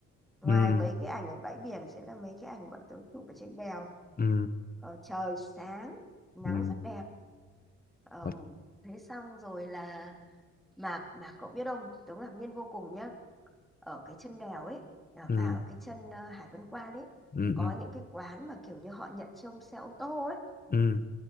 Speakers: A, in the centre; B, on the left (about 30°).
A: ngoài
B: ừ
A: mấy cái ảnh ở bãi biển sẽ là mấy cái ảnh bọn tớ chụp ở trên đèo
B: ừ
A: ờ, trời sáng nắng
B: ừ
A: rất đẹp Ờ,
B: Ờ,
A: thế xong rồi là mà mà cậu biết không tớ ngạc nhiên vô cùng nhá ở cái chân đèo ấy ở-
B: ừ
A: à ở cái chân ờ, Hải Vân Quan ấy
B: ừ
A: có
B: ừ
A: những cái quán mà kiểu như họ nhận trông xe ô tô ấy
B: ừ